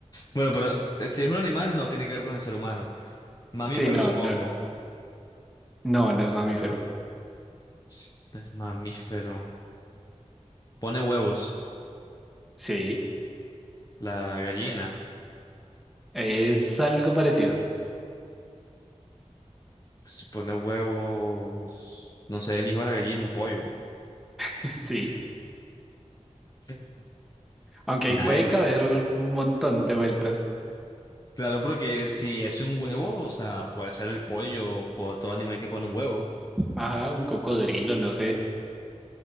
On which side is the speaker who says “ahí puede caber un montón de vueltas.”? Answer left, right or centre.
Centre